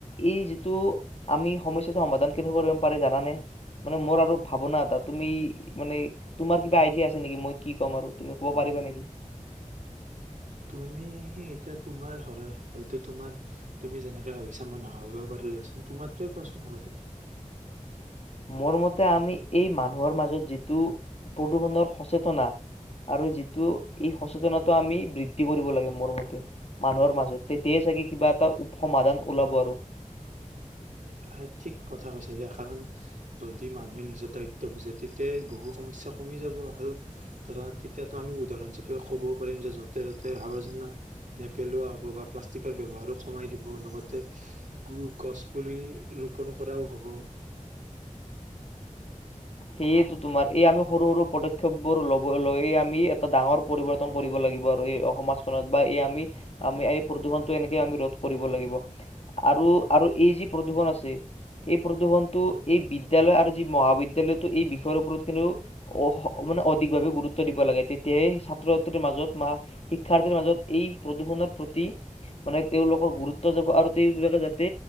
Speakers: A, on the left (about 50°); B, on the right (about 70°).
A: এই যি আমি সমস্যাটো সমাধান কেনেক কৰিব পাৰে জানানে মানে মোৰ আৰু ভাৱনা এটা তুমি মানে তোমাৰ কিবা আইডিয়া আছে নেকি মই কি ক'ম আৰু তুমি কব পাৰিবা নেকি
B: তুমি এতিয়া তোমাৰ হয়তো তোমাৰ তুমি যেনেকে ভাবিছা মই নাভাবিবা পাৰো দিয়াচোন তোমাৰে কোৱাচোন আগতে
A: মোৰ মতে আমি এই মানুহৰ মাজত যিটো প্ৰদূৰ্ষণৰ সচেতনা আৰু যিটো এই সচেতনটো আমি বৃদ্ধি কৰিব লাগে মোৰ মতে মানুহৰ মাজত তেতিয়াই চাগে কিবা এটা সমাধান ওলাব আৰু
B: আহ ঠিক কথা কৈছে এয়া কাৰণ যদি মানুহে নিজৰ দায়িত্ব বুজে তেতিয়াই বহু সমস্যাৰ কমি যাব আৰু ধৰা তেতিয়াতো আমি উদাহৰণ হিাপে ক'বও পাৰিম যে য'তে ত'তে আৱৰ্জনা নেপেলোৱা হ'ব বা প্লাষ্টিকৰ ব্যৱহাৰো কমাই দিব লগতে গো গছ পুলি ৰোপণ কৰাও হ'ব
A: সেইয়েতো তোমাৰ এই আমি সৰু সৰু পদক্ষেপ বোৰ লব লৈ আমি এটা ডাঙৰ পৰিৱৰ্তন কৰিব লাগিব আৰু এই সমাজখনত বা এই আমি আমি এই প্ৰদূৰ্ষনটো এনেকে আমি ৰোধ কৰিব লাগিব আৰু আৰু এই যি প্ৰদূৰন আছে এই প্ৰদূৰ্ষনটো এই বিদয়ালয় আৰু যি মহাবিদয়ালয়ত এই বিষয়ৰ ওপৰত কিন্তু অ মানে অধিকভাৱে গুৰুত্ব দিব লাগে তেতিয়াহে ছাত্ৰ ছাত্ৰীৰ মাজত বা শিক্ষাৰ্থীৰ মাজত এই প্ৰদূষণৰ প্ৰতি মানে তেওঁলোকৰ গুৰুত্ব যাব আৰু তেওঁলোকে যাতে